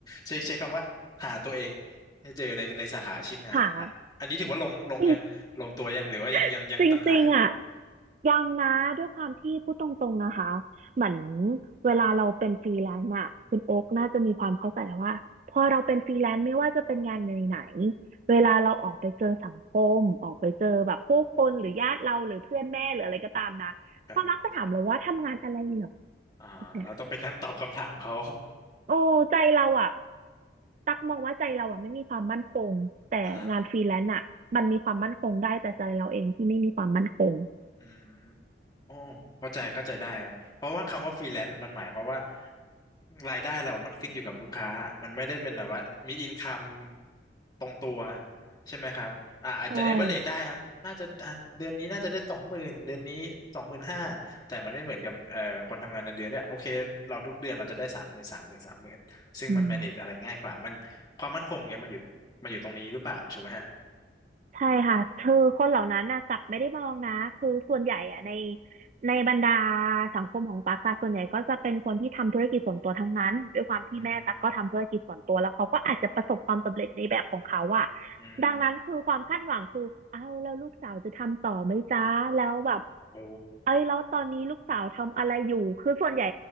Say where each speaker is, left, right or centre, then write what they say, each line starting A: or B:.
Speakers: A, on the left; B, on the right.
A: ใช้ใช้คำว่าหาตัวเองให้เจอในในสาขาอาชีพงานอ่ะอันนี้ถือว่าลงลงยังลงตัวยังหรือว่ายังยังยังต้องหาอยู่
B: ค่ะจริง <laughs> จริงๆอ่ะ ยังนะด้วยความที่พูดตรงๆนะคะเหมือนเวลาเราเป็นฟรีแลนซ์อะคุณโอ๊กน่าจะมีความเข้าใจว่าพอเราเป็นฟรีแลนซ์ไม่ว่าจะเป็นงานไหนๆเวลาเราออกไปเจอสังคมออกไปเจอแบบผู้คนหรือญาติเราหรือเพื่อนแม่หรืออะไรก็ตามนะเขามักจะถามเราว่าทำงานอะไรเหรอ
A: ครับอ่าเราต้องไปนั่งตอบคำถามเขา
B: เนี่ยโอ้ใจเราอะตักมองว่าใจเราอะไม่มีความมั่นคงแต่งานฟรีแลนซ์อะมันมีความมั่นคงได้แต่ใจเราเองที่ไม่มีความมั่นคง
A: <laughs> อ่า อืมโอ้เข้าใจเข้าใจได้ครับเพราะว่าคำว่าฟรีแลนซ์มันหมายความว่ารายได้เรามันขึ้นอยู่กับลูกค้ามันไม่ได้เป็นแบบว่ามีอินคัมตรงตัวใช่ไหมครับอ่าอาจจะเอเวอเรจได้อ่ะน่าจะอ่ะเดือนนี้น่าจะได้สองหมื่นเดือนนี้สองหมื่นห้าแต่มันไม่เหมือนกับเอ่อคนทำงานเงินเดือนเนี่ยโอเคเราทุกเดือนเราจะได้สามหมื่นสามหมื่นสามหมื่นซึ่งมัน
B: ใช่อืม
A: manage อะไรง่ายกว่ามันความมั่นคงเนี่ยมันอยู่มันอยู่ตรงนี้หรือเปล่าถูกไหมฮะ
B: ใช่ค่ะคือคนเหล่านั้นนะกลับไม่ได้มองนะคือส่วนใหญ่อะในในบรรดาสังคมของตั๊กอะส่วนใหญ่ก็จะเป็นคนที่ทำธุรกิจส่วนตัวทั้งนั้นด้วยความที่แม่ตั๊กก็ทำธุรกิจส่วนตัวแล้วเขาก็อาจจะประสบความสำเร็จในแบบของเขาอะ
A: อืมอืม
B: ดังนั้นคือความคาดหวังคือเอาแล้วลูกสาวจะทำต่อไหมจ๊ะแล้วแบบ
A: โอ้
B: เอ้ยแล้วตอนนี้ลูกสาวทำอะไรอยู่ คือส่วนใหญ่